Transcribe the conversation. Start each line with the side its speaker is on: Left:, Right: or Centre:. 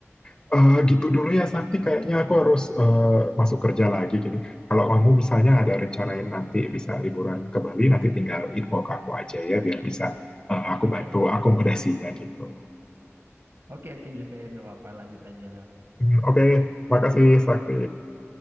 Left: Eh, gitu dulu ya Sakti
Right: iya.
Left: kayaknya
Right: iya.
Left: aku harus eh, masuk kerja lagi jadi kalau kamu misalnya ada rencanain nanti bisa liburan ke Bali nanti tinggal info ke aku aja ya biar bisa eh,
Right: Oh
Left: aku
Right: iya.
Left: bantu akomodasinya gitu
Right: Oke oke Juven, gak apa-apa lanjut aja.
Left: Hmm, oke makasih Sakti